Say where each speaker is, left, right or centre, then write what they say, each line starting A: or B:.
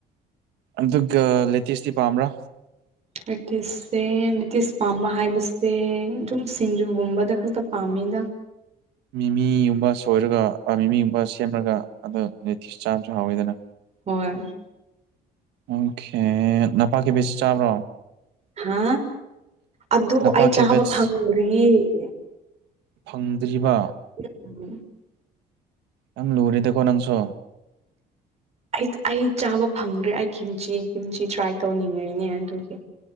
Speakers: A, on the right; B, on the right.
A: ꯑꯗꯨꯒ ꯂꯦꯇꯦꯁꯇꯤ ꯄꯥꯝꯕ꯭ꯔꯥ꯫
B: ꯂꯦꯛꯇꯤꯁꯁꯦ ꯂꯦꯛꯇꯤꯁ ꯄꯥꯝꯕ ꯍꯥꯏꯕꯁꯦ ꯑꯗꯨꯝ ꯁꯤꯡꯖꯨꯒꯨꯝꯕꯗ ꯈꯛꯇ ꯄꯥꯝꯃꯤꯗ꯫
A: ꯃꯤꯃꯤꯒꯨꯝꯕ ꯁꯣꯏꯔꯒ ꯑ ꯃꯤꯃꯤꯒꯨꯝꯕ ꯁꯦꯝꯃꯒ ꯑꯗ ꯂꯦꯛꯇꯤꯁ ꯆꯥꯕꯁꯨ ꯍꯥꯎꯋꯤꯗꯅ꯫
B: ꯍꯣꯏ꯫
A: ꯑꯣꯀꯦ ꯅꯄꯥꯛ ꯀꯦꯕꯦꯖ ꯆꯥꯕ꯭ꯔꯣ꯫
B: ꯍꯥ ꯑꯗꫭ
A: ꯅꯄꯥꯛ
B: ꯑꯩ ꯆꯥꯕ
A: ꯀꯦꯕꯦꯖ
B: ꯐꯪꯗ꯭ꯔꯤꯌꯦ꯫
A: ꯐꯪꯗ꯭ꯔꯤꯕꯥ꯫
B: <unintelligible>
A: ꯌꯥꯝ ꯂꯨꯔꯦꯗꯀꯣ ꯅꯪꯁꯨ꯫
B: ꯑꯩ ꯑꯩ ꯆꯥꯕ ꯐꯪꯗ꯭ꯔꯦ ꯑꯩ ꯀꯤꯝꯆꯤ ꯀꯤꯝꯆꯤ ꯇ꯭ꯔꯥꯏ ꯇꯧꯅꯤꯡꯉꯤꯅꯦ ꯑꯗꯨꯒꯤ꯫